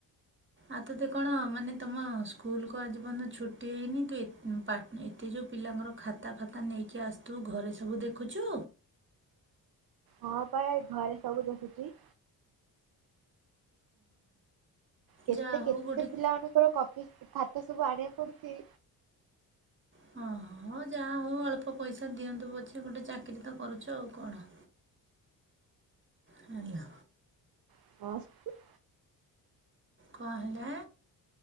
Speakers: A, on the right; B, on the right.
A: ଆଉ ତୋତେ କଣ ମାନେ ତମ ସ୍କୁଲକୁ ଆଜି ପର୍ଯ୍ୟନ୍ତ ଛୁଟି ହେଇନି ତୁ ଏତେ ପାଟି ଏତେ ଯେଉଁ ପିଲାଙ୍କର ଖାତା ଫାତା ନେଇକି ଆସିଥିଲୁ ଘରେ ସବୁ ଦେଖୁଛୁ?
B: ହଁ ପା ଘରେ ସବୁ ଦେଖୁଛି। କେତେ
A: ଯାହା
B: କେତେ
A: ହଉ ଗୋଟେ
B: ପିଲା ମାନଙ୍କର କପି ଖାତା ସବୁ ଆଣିବାକୁ ପଡୁଛି?
A: ହଁ ହଁ ଯାହା ହଉ ଅଳ୍ପ ପଇସା ଦିଅନ୍ତୁ ପଛେ ଗୋଟେ ଚାକିରୀ ତ କରୁଛୁ ଆଉ କଣ। ହାଲୋ।
B: <unintelligible>
A: କଣ ହେଲା?